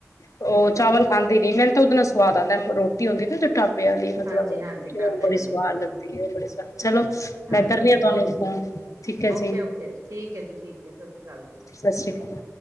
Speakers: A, on the left; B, on the right.
A: ਉਹ ਚਾਵਲ
B: ਹਮ ਹਮ
A: ਪਾਂਦੇ ਦੀਦੀ ਮੈਨੂੰ ਉਹਦੇ ਨਾਲ ਸਵਾਦ ਆਉਂਦਾ ਰੋਟੀ ਹੁੰਦੀ ਨਾ ਢਾਬੇ ਵਾਲੀ ਮਤਲਬ
B: ਹਾਂਜੀ ਹਾਂਜੀ ਢਾਬੇ
A: ਓਹ ਬੜੀ
B: ਵਾਲੀ
A: ਸਵਾਦ
B: ਹਾਂ
A: ਲਗਦੀ ਬੜੀ ਸਵਾਦ ਚਲੋ
B: ਹਾਂਜੀ
A: ਮੈਂ ਕਰਨੀ
B: ਹਾਂਜੀ
A: ਆ ਤੁਹਾਨੂੰ
B: ਓਕੇ
A: ਫੋਨ ਠੀਕ ਹੈ
B: ਓਕੇ
A: ਜੀ
B: ਓਕੇ ਠੀਕ ਹੈ ਜੀ ਠੀਕ ਹੈ ਸਤਿ ਸ਼੍ਰੀ ਅਕਾਲ ਜੀ
A: ਸਤਿ ਸ਼੍ਰੀ ਅਕਾਲ